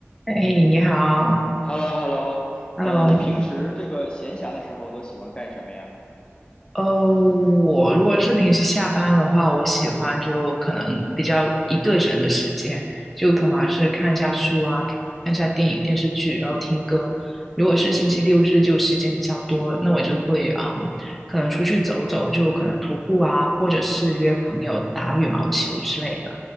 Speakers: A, in the centre; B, on the left.
A: 哎，你好
B: h e l l o h e l l o
A: ，Hello，
B: 呃，你平时这个闲暇的时候都喜欢干什么呀？
A: 呃，我如果是平时下班的话，我喜欢就可能比较一个人的时间，就通常是看一下书啊，看一下电影、电视剧，然后听歌。如果是星期六日，就时间比较多，那我就会嗯，可能出去走走，就可能徒步啊，或者是约朋友打羽毛球之类的。